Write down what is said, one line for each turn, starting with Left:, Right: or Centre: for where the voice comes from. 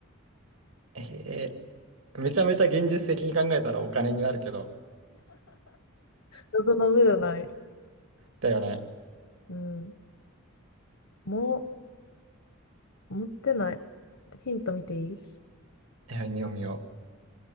Right: えー、めちゃめちゃ現実的に考えたらお金になるけど。
Left: 謎謎じゃない。
Right: だよね。
Left: うん。もう、持ってない。ヒント見ていい
Right: いや、見よう見よ